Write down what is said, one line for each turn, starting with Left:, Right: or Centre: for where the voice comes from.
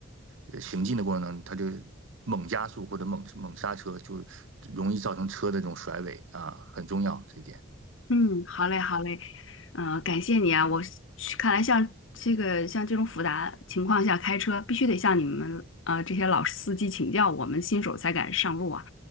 Right: 呃行进的过程当中，它就猛加速或者猛猛刹车，就容易造成车的这种甩尾啊，很重要这一点。
Left: 嗯，好嘞，好嘞，嗯、感谢你啊！我是看来像这个像这种复杂情况下开车，必须得向你们呃这些老司机请教，我们新手才敢上路啊！